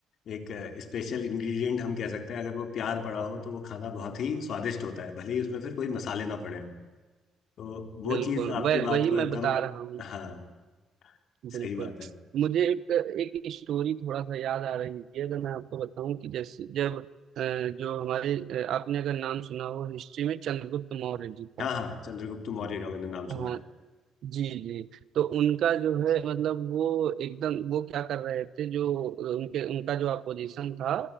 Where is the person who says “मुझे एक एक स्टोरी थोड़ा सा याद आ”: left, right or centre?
Right